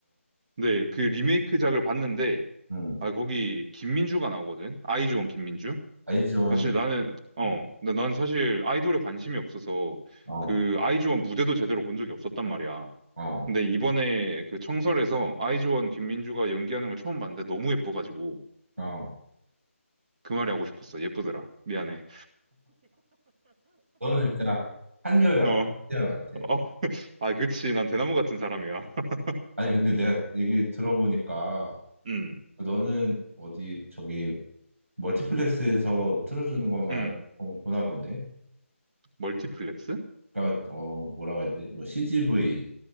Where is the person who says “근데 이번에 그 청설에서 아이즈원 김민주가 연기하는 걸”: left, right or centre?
Right